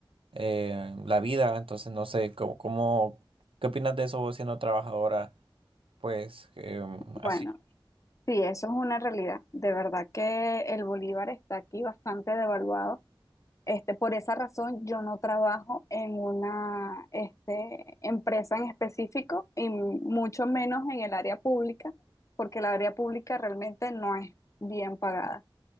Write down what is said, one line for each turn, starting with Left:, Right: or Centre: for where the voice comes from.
Right: eh, la vida. Entonces, no sé, ¿cómo, cómo- qué opinas de eso vos siendo trabajadora? Pues em,
Left: Bueno,
Right: así.
Left: sí, eso es una realidad. De verdad que el bolívar está aquí bastante devaluado Este, por esa razón, yo no trabajo en una este, empresa en específico y mucho menos en el área pública, porque el área pública realmente no es bien pagada.